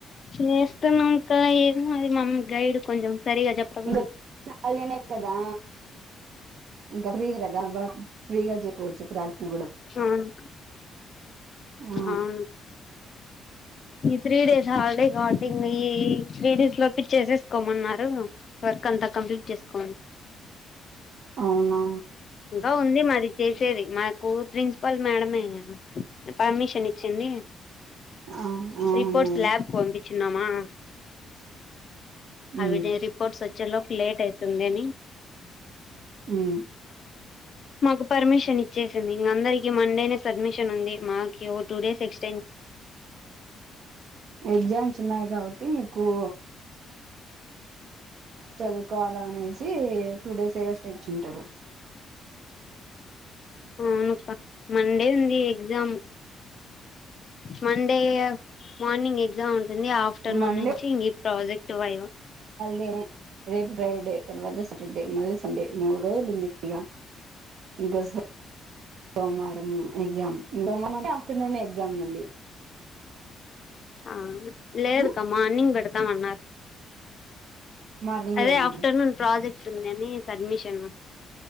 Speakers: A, on the left (about 50°); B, on the right (about 70°).
A: చేస్తున్న కా ఏంమరి మమ్ గైడ్ కొంచం సరగా చెప్పదు
B: ఇంకా ఖాళీనే కదా ఇంకా ఫ్రీగాదా బా ఫ్రీగా జకోచ్చు రాత్రి
A: అవును
B: ఆ
A: అవును ఈ త్రీ డేస్ హాలిడే టింగ్ ఈ త్రీ డేస్ లోపే చేసేసుకోమన్నారు వర్క్ అంతా కంప్లీట్ చేస్కోండి
B: అవునా
A: గా ఉంది మది చేసేది మా స్కూల్ ప్రిన్సిపాల్ మేడమే పర్మిషన్ ఇచ్చింది
B: ఆ అవును
A: రిపోర్ట్స్ ల్యాబ్ కు పంపించన్నామా
B: ఉమ్
A: అవి రిపోర్ట్స్ వ చెలో ఒక లేట్ అయితుంది అని
B: హ్మ్మ్
A: మాకు పర్మిషన్ ఇచ్చేసింది ఇంక అందరికీ మండేనే సబ్మిషన్ ఉంది మాకి ఓ టూ డేస్ ఎక్స్
B: ఎగ్జామ్స్ ఉన్నాయ్ కాబాటి ఓ చదువు కో అలా అనేసి టూ డేస్ <unintelligible> ఇచ్చింటారు
A: ఉనుక Monday exam Monday morning exam ఉంటుంది ఆఫ్టర్నూన్
B: మండే
A: నుంచి ఇ ఈ ప్రాజెక్ట్ వై
B: రే రేపు ఫ్రైడే తర్వాత స శటర్డే మల్ల సండే మూ రోజలుందిపిగా గస సమరి ఎగ్జాం ఆఫ్టర్నూన్నే ఎగ్జామ్ మళ్ళీ
A: ఆ లేదుక
B: ఉమ్
A: మ్మానిం <unintelligible> ా మారు
B: మార్నింగేనా
A: అదే ఆఫ్టర్నూన్ ప్రాజెక్ట్ ఉంది అని సబ్మి షన్